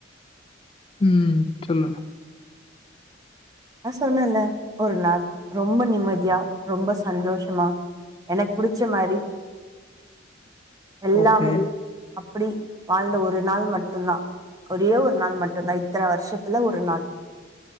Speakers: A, on the left; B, on the right.
A: ம் சொல்லு
B: ஆ சொன்னன்ல ஒரு நாள் ரொம்ப நிம்மதியா ரொம்ப சந்தோஷமா எனக்கு புடிச்ச மாரி எல்லாமே
A: ஓகே
B: அப்டி வாழ்ந்த ஒரு நாள் மட்டும் தான் ஒரே ஒரு நாள் மட்டும்தான் இத்தனை வருஷத்துல ஒரு நாள்